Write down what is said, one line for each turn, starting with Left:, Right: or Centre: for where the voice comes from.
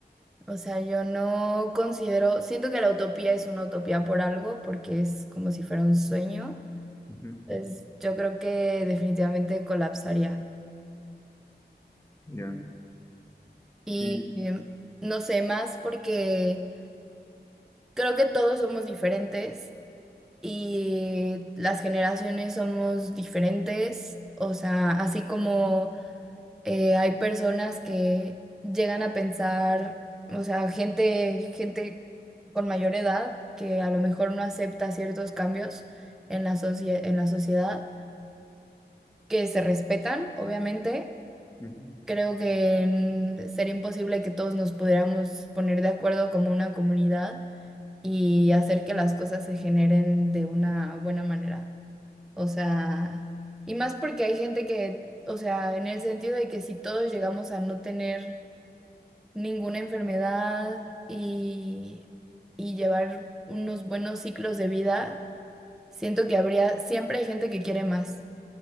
Centre: O sea, yo no considero, siento que la utopía es una utopía por algo, porque es como si fuera un sueño.
Left: Ujú,
Centre: Entonces, yo creo que definitivamente colapsaría.
Left: Ya,
Centre: Y
Left: sí.
Centre: em, no sé, más porque creo que todos somos diferentes y las generaciones somos diferentes. O sea, así como eh, hay personas que llegan a pensar, o sea, gente, gente con mayor edad que a lo mejor no acepta ciertos cambios en la socie- en la sociedad, que se respetan, obviamente
Left: ujú,
Centre: Creo que mm, sería imposible que todos nos pudiéramos poner de acuerdo como una comunidad y hacer que las cosas se generen de una buena manera. O sea, y más porque hay gente que, o sea, en el sentido de que si todos llegamos a no tener ninguna enfermedad y, y llevar unos buenos ciclos de vida, siento que habría, siempre hay gente que quiere más